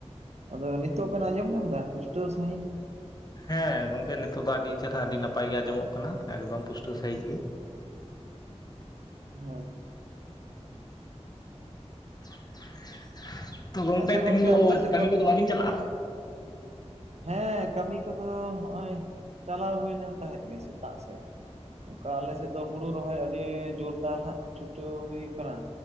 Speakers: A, on the right; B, on the left.
A: ᱟᱫᱚ ᱱᱤᱛᱚᱜ ᱵᱮᱱ ᱟᱸᱡᱚᱢ ᱧᱟᱢ ᱮᱫᱟ ᱯᱩᱥᱴᱟᱹᱣ ᱥᱟᱹᱦᱤᱡ
B: ᱦᱮᱸ ᱜᱚᱝᱠᱮ ᱱᱤᱛᱚᱜ ᱫᱚ ᱟᱹᱰᱤ ᱪᱮᱨᱦᱨᱟ ᱟᱹᱰᱤ ᱱᱟᱯᱟᱭ ᱜᱮ ᱟᱸᱡᱚᱢᱚᱜ ᱠᱟᱱᱟ ᱮᱠᱫᱚᱢ ᱯᱩᱥᱴᱟᱹᱣ ᱥᱟᱹᱦᱤᱡ ᱜᱮ
A: <unintelligible>
B: <inaudible> ᱛᱚ ᱜᱚᱝᱠᱮ
A: ᱟᱪᱪᱷᱟ
B: ᱛᱮᱦᱮᱧ ᱫᱚ
A: ᱟᱯᱮ ᱥᱮᱫ
B: ᱠᱟᱹᱢᱤ ᱠᱚᱫᱚ ᱵᱟᱵᱤᱱ ᱪᱟᱞᱟᱜᱼᱟ
A: ᱦᱮᱸ ᱠᱟᱹᱢᱤ ᱠᱚᱫᱚ ᱦᱚᱜᱼᱚᱭ ᱪᱟᱞᱟᱣ ᱦᱩᱭ ᱞᱮᱱ ᱛᱟᱦᱮᱸᱫ ᱜᱮ ᱥᱮᱛᱟᱜ ᱥᱮᱫ ᱚᱱᱠᱟ ᱟᱞᱮ ᱥᱮᱫ ᱫᱚ ᱦᱩᱲᱩ ᱨᱚᱦᱚᱭ ᱟᱹᱰᱤ ᱡᱳᱨᱫᱟᱨ ᱦᱟᱸᱜ ᱪᱷᱩᱴᱟᱹᱣ ᱦᱩᱭ ᱟᱠᱟᱱᱟ